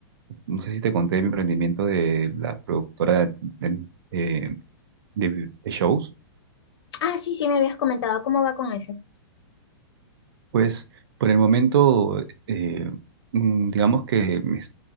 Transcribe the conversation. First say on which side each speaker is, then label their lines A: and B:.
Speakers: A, on the right (about 65°); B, on the left (about 80°).
A: No sé si te conté mi emprendimiento de la productora de, de- de- de shows.
B: Ah, sí, sí, me habías comentado cómo va con eso.
A: Pues, por el momento, eh, mm, digamos que me